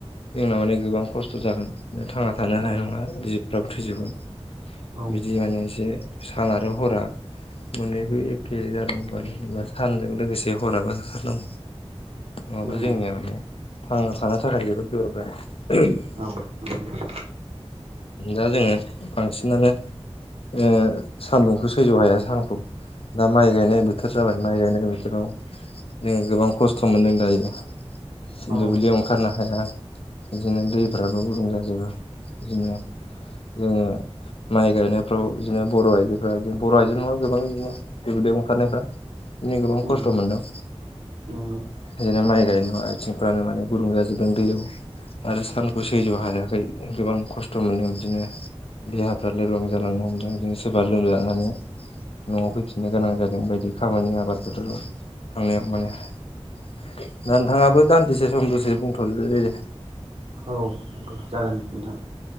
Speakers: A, on the left (about 60°); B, on the right (about 70°).
A: जोंना माने गोबां खस्थ' जागोन थांना थानो
B: औ
A: हानाय नङा जिबफ्राबो थैजोबगोन
B: औ
A: बिदि माने एसे सान आरो हरा मोननैबो एखे जानांगौबा जेनेबा सानजों लोगोसे हराबा जारलां नङाबा
B: नंगौ
A: जोंनिया माने थांना थानो थाखाय जोबोद गोब्राब जागोन।
B: औ औ
A: दा जोङो बांसिनानो ओ सान्दुंखौ सैज्य' हाया सानखौ दा माइ गायनाय बोथोर जाबाय माइ गायनाय बोथोराव जोंङो गोबां खस्थ' मोनदों दायो
B: औ
A: दुब्लियाव ओंखारनो हाया आं बिदिनो दैफ्राबो गुदुं जाजोबो बिदिनो जोंङो माइ गायनायफ्राव बिदिनो बर' आइदिफ्रा इदि बर' आइजो नङा गोबां बिदिनो दुब्लियाव ओंखारनायफ्रा बिदिनो गोबां
B: नंगौ
A: खस्थ' मोनदों।
B: नंगौ।
A: बिदिनो माइ गायनायाव आथिंफ्रानो माने गुदुं जाजोबदों दैयाव आरो सानखौ सैज्य हायाखै गोबां खस्थ' मोनदों बिदिनो देहाफ्रा लोरबां जालांनो हमदों बिदिनो सोरबा लोमजानानै न'आव फैफिननो गोनां जादों बायदि खामानि आबाद फोथाराव थांनायाव माने दा नोंथाङाबो दान्दिसे सम दसे बुंथ' दे
B: औ जागोन नोंथां